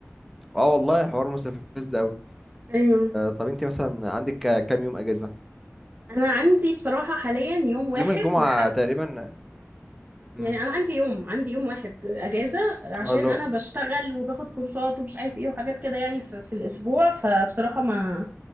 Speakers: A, in the centre; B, on the right.
A: اه والله حوار مستفز ده
B: أيوه
A: طب انت مثلا عندك كا- كام يوم اجازه
B: أنا عندي بصراحة حاليا يوم واحد
A: يوم الجمعه
B: لحد
A: تقريبا امم
B: يعني انا عندي يوم عندي يوم واحد اجازه عشان
A: اه لا
B: انا بشتغل وباخد كورسات ومش عارف ايه وحاجات كده يعني في, في الاسبوع فبصراحه ما